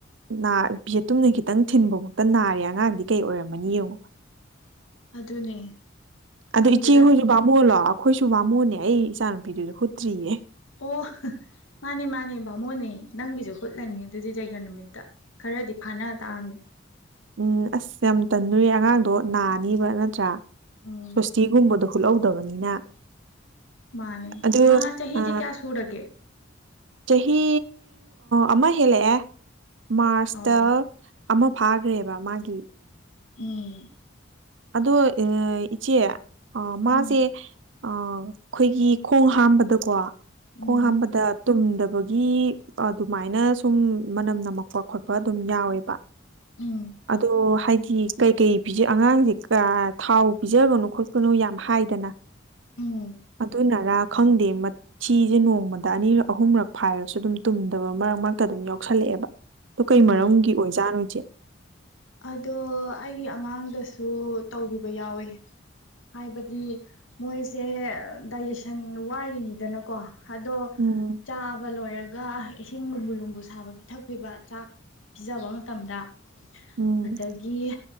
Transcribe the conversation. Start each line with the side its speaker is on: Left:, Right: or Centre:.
Right: ꯅꯥꯄꯤ ꯌꯦꯇꯨꯝꯅ ꯈꯤꯇꯪ ꯊꯤꯟꯕ ꯐꯧꯗ ꯅꯥꯔꯦ ꯑꯉꯥꯡꯗꯤ ꯀꯩ ꯑꯣꯏꯔꯝꯃꯅꯤ ꯌꯦꯉꯣ
Left: ꯑꯗꯨꯅꯦ
Right: ꯑꯗꯨ
Left: ꯈꯪꯗꯦꯗ
Right: ꯏꯆꯦ ꯍꯣꯏꯁꯨ ꯕꯥꯝꯃꯨꯟ ꯂꯣ ꯑꯩꯈꯣꯏꯁꯨ ꯕꯥꯝꯃꯣꯟꯅꯦ ꯑꯩ ꯏꯆꯥ ꯅꯨꯨꯄꯤꯗꯨꯁꯨ ꯍꯨꯠꯇ꯭ꯔꯤꯌꯦ
Left: ꯑꯣ ꯃꯥꯅꯦ ꯃꯥꯅꯦ ꯕꯥꯃꯣꯟ ꯅꯦ ꯅꯪꯒꯤꯁꯨ ꯍꯨꯠꯂꯅꯤ ꯑꯗꯨꯗꯤ ꯓꯩꯒ ꯅꯨꯃꯤꯠꯇ ꯈꯔꯗꯤ ꯐꯥꯅ ꯇꯥꯑꯝꯅꯦ
Right: ꯎꯝ ꯑꯁ ꯌꯥꯝ ꯇꯟꯅꯨꯌꯦ ꯑꯉꯥꯡꯗꯣ ꯅꯥꯅꯤꯕ ꯅꯠꯇ꯭ꯔꯥ
Left: ꯎꯝ
Right: ꯁꯣꯁꯇꯤꯒꯨꯝꯕꯗꯨꯣ ꯍꯨꯠꯍꯧꯗꯕꯅꯤꯅ
Left: ꯃꯥꯅꯦ
Right: ꯑꯗꯨ
Left: ꯃꯥ ꯆꯍꯤꯗꯤ
Right: ꯑ
Left: ꯀꯌꯥ ꯁꯨꯔꯒꯦ
Right: ꯆꯍꯤ ꯑꯃ ꯍꯦꯜꯂꯛꯑꯦ ꯃꯥꯔꯁꯇ
Left: ꯑꯧ
Right: ꯑꯃ ꯐꯥꯒ꯭ꯔꯦꯕ ꯃꯥꯒꯤ
Left: ꯎꯝ
Right: ꯑꯗꯣ ꯏꯆꯦ ꯑ ꯃꯥꯁꯦ
Left: ꯎꯝ
Right: ꯑ ꯑꯩꯈꯣꯏꯒꯤ ꯈꯣꯡ ꯍꯥꯝꯕꯗꯀꯣ
Left: ꯎꯝ
Right: ꯈꯣꯡ ꯍꯥꯝꯕꯗ ꯇꯨꯝꯗꯕ ꯕꯒꯤ ꯑꯗꯨꯃꯥꯏꯅ ꯁꯨꯝ ꯃꯅꯝ ꯅꯝꯃꯛꯄ ꯈꯣꯠꯄ ꯑꯗꯨꯝ ꯌꯥꯎꯋꯦꯕ
Left: ꯎꯝ
Right: ꯑꯗꯣ ꯍꯥꯏꯗꯤ ꯌꯤ ꯀꯩ-ꯀꯩ ꯄꯤꯖꯩ ꯑꯉꯥꯡꯖꯤ ꯀꯥ ꯊꯥꯎ ꯄꯤꯖꯒꯅꯨ ꯈꯣꯠꯀꯅꯨ ꯌꯥꯝ ꯍꯥꯏꯗꯅ
Left: ꯎꯝ
Right: ꯑꯗꯨꯅꯥꯔꯥ ꯈꯪꯗꯦ ꯃꯠ ꯊꯤꯖꯦ ꯅꯣꯡꯃꯗ ꯑꯅꯤꯔꯛ ꯑꯍꯨꯝꯔꯛ ꯐꯥꯏꯔꯁꯨ ꯑꯗꯨꯝ ꯇꯨꯝꯗꯕ ꯃꯔꯛ-ꯃꯔꯛꯇ ꯑꯗꯨꯝ ꯌꯥꯎꯁꯜꯂꯛꯑꯦꯕ ꯑꯗꯨ ꯀꯩ
Left: ꯎꯝ
Right: ꯃꯔꯝꯒꯤ ꯑꯣꯏꯖꯥꯠꯅꯣ ꯏꯆꯦ
Left: ꯑꯗꯣ ꯑꯩꯒꯤ ꯑꯉꯥꯡ ꯗꯁꯨ ꯇꯧꯒꯤꯕ ꯌꯥꯎꯋꯦ ꯍꯥꯏꯕꯗꯤ ꯃꯣꯏꯁꯦ ꯗꯥꯏꯖꯦꯁꯟ ꯋꯥꯔꯤꯅꯤꯗꯅꯀꯣ ꯍꯥꯗꯣ
Right: ꯎꯝ
Left: ꯆꯥꯕ ꯂꯣꯏꯔꯒ ꯏꯁꯤꯡ ꯂꯨꯝꯕꯨ-ꯂꯨꯝꯕꯨ ꯁꯥꯕ ꯄꯤꯊꯛꯄꯤꯕ ꯇꯥꯛ ꯄꯤꯖꯕ ꯃꯇꯝꯗ
Right: ꯎꯝ
Left: ꯑꯥꯗꯒꯤ